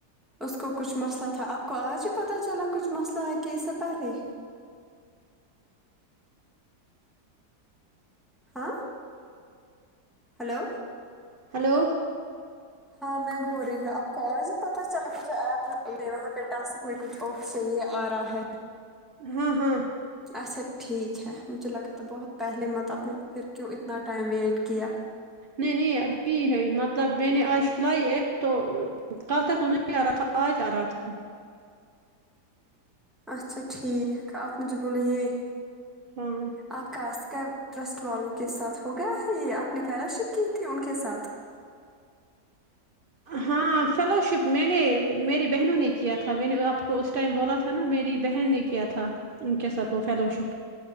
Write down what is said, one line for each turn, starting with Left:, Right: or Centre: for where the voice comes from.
Centre: اس کو کچھ مسئلہ تھا آپ کو آج ہی پتہ چلا کچھ مسئلہ ہے کہ اس سے پہلے ہی ہاں ہلو
Right: ہلو
Centre: ہاں میں بول رہی ہوں آپ کو آج پتہ چلا مجھے ایپ وہاں پے ڈسک میں کچھ صحیح ہے آ رہا ہے
Right: ہاں ہاں
Centre: اچھا ٹھیک ہے مجھے لگا تھا بہت پہلے مت آپ نے پھر کیوں اتنا ٹائم ویٹ کیا
Right: نہیں نہیں ابھی ہے مطلب میں نے آج فلائی ایک تو کل تک نہیں آ رہا تھا آج آ رہا تھا
Centre: اچھا ٹھیک آپ مجھے بولے یے
Right: ہاں
Centre: آپ کا آسکا ٹرسٹ والوں کے ساتھ ہو گیا ہے یے آپ نے فیلو شپ کی تھی ان کے ساتھ
Right: ہاں فیلو شپ میں نے میری بہنوں نے کیا تھا میں نے آپ کو اس ٹائم بولا تھا نا میری بہن نے کیا تھا ان کے ساتھ وہ فیلو شپ